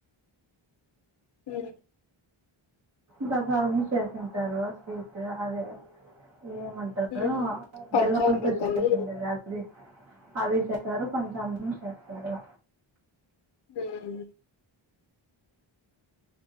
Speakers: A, on the left; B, on the right.
A: ఏ
B: ప్రసాదం చేసుంటారు స్వీట్ అదే ఏమంటారు
A: ఉమ్ పంచామృతము
B: బెల్లంతో చేసిందేగా అది అది చేస్తారు కొంచం చేస్తారు.
A: ఉమ్